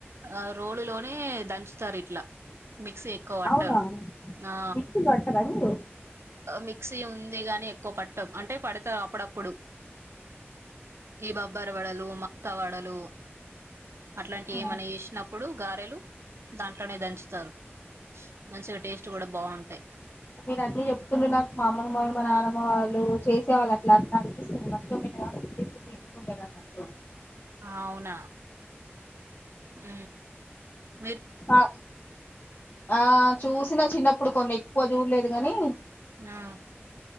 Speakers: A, on the right (about 70°); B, on the left (about 40°).
A: ఆ రోలులోనే దన్ స్తరు ఇట్లా మిక్సీ ఎక్కువ పట్టారు
B: అవునా
A: ఆ
B: మిక్సీ పట్టరా మీరు
A: మిక్సీ ఉంది గాని ఎక్కువ పట్టాం అంటే పడతాం అప్పుడప్పుడు ఈ బబ్బర్ వడలు మాత వడలు అట్లాంటివి
B: ఆ,
A: ఏమన చేసినప్పుడు గారెలు దాంట్లోనే దంచుతారు మంచిగా టేస్ట్ కూడా బాగుంటాయ్
B: మీరు అన్నీ చెప్తుంటె నాకు మా అమ్మమ్మ వాళ్ళు మా నానమ్మ వాళ్ళు చేసే వాళ్ళు అట్లా అట్లా అనిపిస్తుంది మంచిగా మీ వ న
A: ఆవ్నా ఊ న
B: ఆ ఆ చూసినా చిన్నప్పుడు కొన్ని ఎక్కువ చూడలేదు గాని
A: ఆ